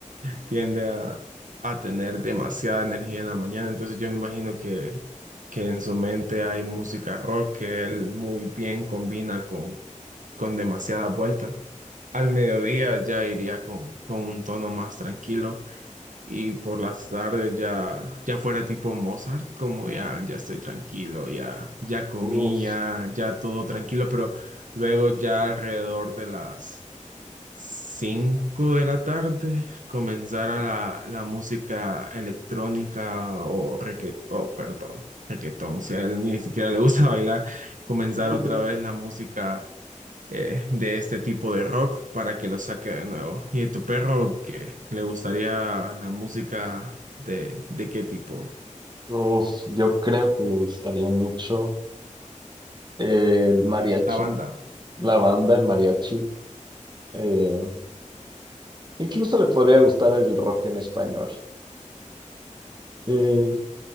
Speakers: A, on the right (about 80°); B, on the right (about 35°).
A: tiende a, a tener demasiada energía en la mañana. Entonces yo me imagino que, que en su mente hay música rock que él muy bien combina con, con demasiadas vueltas. Al mediodía ya iría con, con un tono más tranquilo y por las tardes ya, ya fuera tipo Mozart, como ya, ya estoy tranquilo, ya, ya comí,
B: Uf,
A: ya, ya todo tranquilo, pero luego ya alrededor de las 5 de la tarde comenzara la, la música electrónica o reggae, oh, perdón, reggaetón, si a él ni siquiera le gusta <laughs> bailar, comenzar
B: <laughs>
A: otra vez la música eh, de este tipo de rock para que lo saque de nuevo. ¿Y a tu perro qué le gustaría la música de, de qué tipo?
B: uf, yo creo que le gustaría mucho el mariachi,
A: La banda.
B: la banda, el mariachi. eh, Incluso le podría gustar el rock en español. Eh,